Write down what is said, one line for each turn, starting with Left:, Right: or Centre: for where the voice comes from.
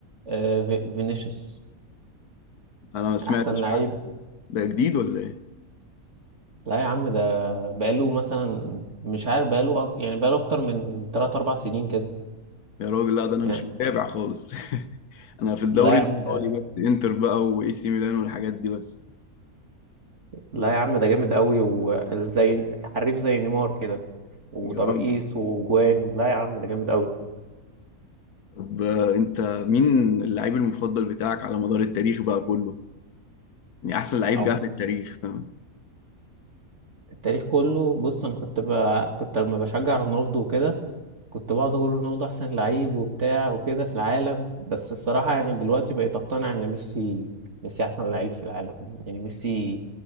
Right: آه، في- فينيسيوس
Left: أنا ما سمعتش
Right: احسن لعيب
Left: عنه ده ده جديد ولا ايه
Right: لا يا عم ده بقاله مثلا مش عارف بقاله أك- يعني بقاله اكتر من 3 4 سنين كده
Left: يا راجل لا ده أنا
Right: يعني
Left: مش متابع خالص <laughs> أنا في الدوري
Right: لا يا
Left: الإيطالي
Right: عم ده
Left: بس إنتر بقى وإي سي ميلان والحاجات دي بس
Right: لا يا عم ده جامد قوي وزي حريف زي نيمار كده وترقيص
Left: يا راجل
Right: وجوان لا يا عم ده جامد قوي
Left: طب انت مين اللعيب المفضل بتاعك على مدار التاريخ بقى كله يعني احسن لعيب
Right: عمل-
Left: جه في التاريخ فاهم
Right: التاريخ كله بص انا كنت ب... كنت لما بشجع رونالدو وكده كنت بقعد اقول رونالدو احسن لعيب وبتاع وكده في العالم بس الصراحه يعني دلوقتي بقيت اقتنع ان ميسي ميسي احسن لعيب في العالم يعني ميسي